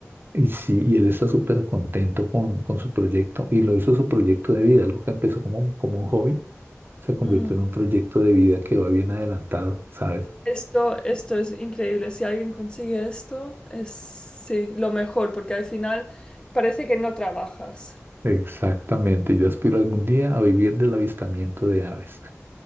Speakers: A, on the right; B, on the left.
A: y sí, y él está súper contento con, con su proyecto y lo hizo su proyecto de vida, algo que empezó como, un- como un hobby, se convirtió
B: Mm.
A: en un proyecto de vida que va bien adelantado, ¿sabes?
B: Esto, esto es increíble. Si alguien consigue esto, es sí, lo mejor, porque al final parece que no trabajas.
A: Exactamente, yo aspiro algún día a vivir del avistamiento de aves.